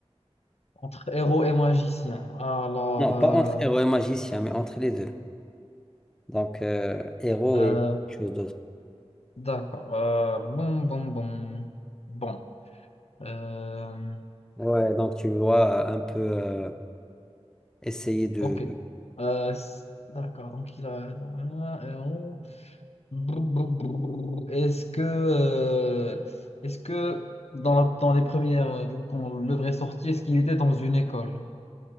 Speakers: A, on the left (about 70°); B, in the centre.
A: Entre héros et magicien. Alors.
B: Non,
A: euh,
B: pas entre héros et magicien, mais entre les deux. Donc, euh, héros
A: euh,
B: et quelque chose d'autre.
A: D'accord. Euh, bon, bon, bon. Bon. Euh,
B: Ouais, donc tu vois, euh, un peu euh, essayer de...
A: ok. Euh, s- d'accord. Donc, il a. euh, on- brou, brou, brou. Est-ce que. euh, est-ce que dans, la- dans les premières. euh, du coup, quand le vrai sorti, est-ce qu'il était dans une école?